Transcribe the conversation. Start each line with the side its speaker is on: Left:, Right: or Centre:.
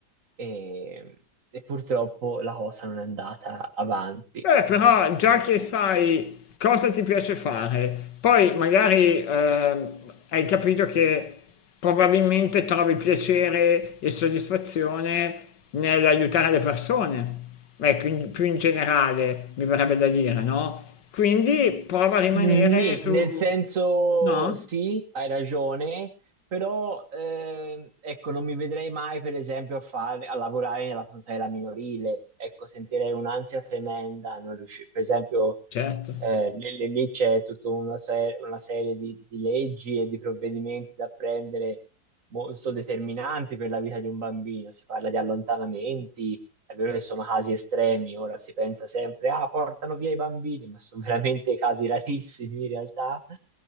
Right: e, e purtroppo la cosa non è andata avanti.
Left: Beh, però già che sai cosa ti piace fare, poi magari ehm, hai capito che probabilmente trovi piacere e soddisfazione nell'aiutare le persone. Beh, quindi più in generale mi verrebbe da dire, no? Quindi prova a rimanere
Right: Nì,
Left: su...
Right: nel senso
Left: No?
Right: sì, hai ragione, però ehm, ecco, non mi vedrei mai per esempio a, fare, a lavorare nella tutela minorile, ecco, sentirei un'ansia tremenda, non riusci- per esempio
Left: Certo,
Right: eh, lì lì- lì c'è tutta una, se- una serie di, di leggi e di provvedimenti da prendere molto determinanti per la vita di un bambino, si parla di allontanamenti, È vero che sono casi estremi, ora si pensa sempre, ah, portano via i bambini, ma sono veramente casi rarissimi in realtà.